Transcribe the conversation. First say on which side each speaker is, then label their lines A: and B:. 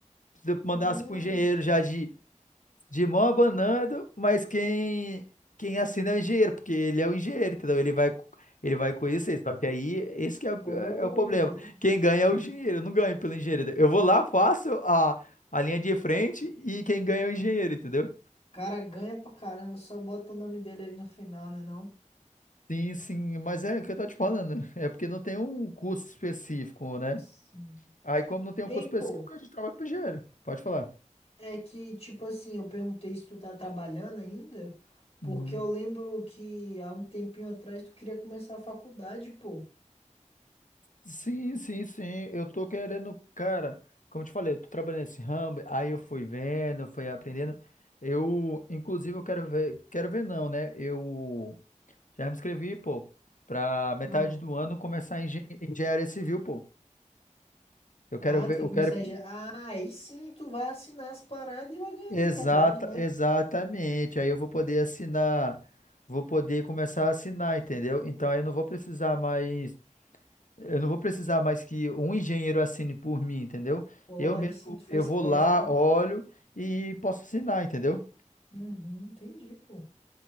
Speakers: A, on the left; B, on the left.
A: se eu mandasse
B: Hum,
A: pro engenheiro já de de mão abanando, mas quem quem assina é o engenheiro, porque ele é o engenheiro, entendeu? Ele vai ele vai conhecer, só que aí esse que é, o-
B: pô,
A: é é o problema.
B: entendi.
A: Quem ganha
B: O
A: é o engenheiro, eu não ganho pelo engenheiro. Eu vou lá, faço a, a linha de frente e quem ganha é o engenheiro, entendeu?
B: cara ganha pra caramba, só bota o nome dele aí no final, né não?
A: Sim, sim, mas é o que eu tô te falando, é porque não tem um curso específico, né?
B: Sim.
A: Aí como não tem
B: Hein,
A: um curso específico,
B: pô?
A: a gente trabalha pro engenheiro. Pode falar.
B: É que, tipo assim, eu perguntei se tu tá trabalhando ainda, porque
A: Uhum.
B: eu lembro que há um tempinho atrás tu queria começar a faculdade, pô.
A: Sim, sim, sim. Eu tô querendo, cara, como eu te falei, eu tô trabalhando nesse ramo, aí eu fui vendo, fui aprendendo. Eu, inclusive, eu quero ver, quero ver não, né? Eu já me inscrevi, pô, pra metade
B: Hum.
A: do ano começar em engen- engenharia civil, pô. Eu
B: Ah,
A: quero ver,
B: tu quer
A: eu
B: começar
A: quero.
B: a engen... Ah, aí sim tu vai assinar as paradas e vai ganhar
A: Exata,
B: de verdade, né?
A: exatamente. Aí eu vou poder assinar, vou poder começar a assinar, entendeu? Então aí eu não vou precisar mais. Eu não vou precisar mais que um engenheiro assine por mim, entendeu?
B: Pô,
A: Eu
B: aí
A: mesmo,
B: sim tu foi
A: eu
B: esperto,
A: vou lá,
B: ó.
A: olho e posso assinar, entendeu?
B: Uhum, entendi, pô.